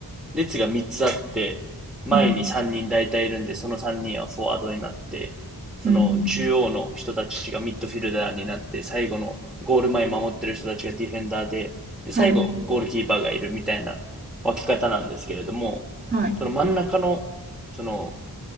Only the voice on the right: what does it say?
うん、
うん、うん。
はい、
はい。